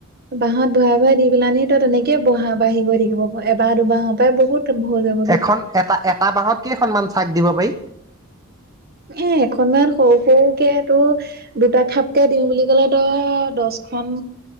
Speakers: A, on the right; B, on the right.
A: বাহত ভৰা ভৰাই দি পেলানি তো তেনেকে বহা বাঢ়ি গৈ থাকিব এবাৰ দুবাহৰ পৰাই বহুত <unintelligible>
B: এখন এটা, এটা বাহত কেইখনমান চাক দিব পাৰি?
A: এ এখনমান সৰু সৰুকে তোৰ দুটা খাপকে দিওঁ বুলি ক'লে তই দহখন